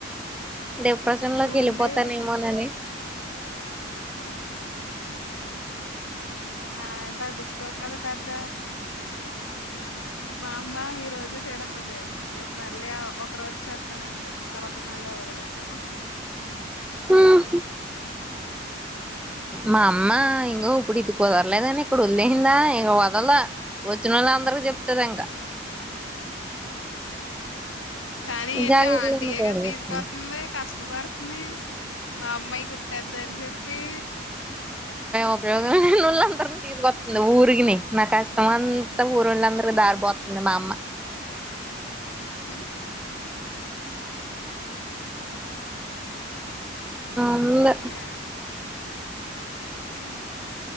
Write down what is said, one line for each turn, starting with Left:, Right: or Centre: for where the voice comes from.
Centre: డిప్రెషన్ లోకి
Left: ఉండి
Centre: వెళ్ళిపోతానేమోనని
Left: ఆహా మనం మేం పట్టించుకోం కదా పెద్ద మా అమ్మ ఈ రోజు తిడతది రేపు మళ్ళీ ఒక రోజు చేస్తాన అంత తర్వాత మళ్ళీ వదిలేతను.
Centre: ఉం మా అమ్మా ఇంగో ఇప్పుడ ఇదుకుదర్లేదా వదిలేసిందా ఇగ వదలదు వచ్చినోళ్ళు అందరికి చెప్తది ఇంకా,
Left: <inaudible> కానీ ఏంటి
Centre: జాకెట్లన్నీ
Left: ఆంటీయే
Centre: పాడేస్తుంది
Left: కదా తీసుకోతుంది కస్టమర్స్ ని మా అమ్మాయి కుట్టేద్దని చెప్పి
Centre: ఉపయోగం తీసుకొతుంది ఊరికిని నా కష్టం అంతా ఊరిళ్ళందరి దారపోతుంది మా అమ్మ
Left: ఉహు
Centre: ఉంది
Left: యా హ